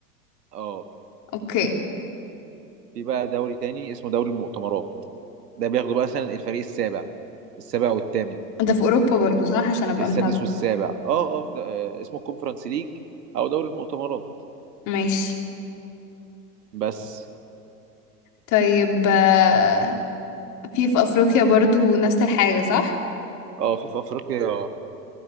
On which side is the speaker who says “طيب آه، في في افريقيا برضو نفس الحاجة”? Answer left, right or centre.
Left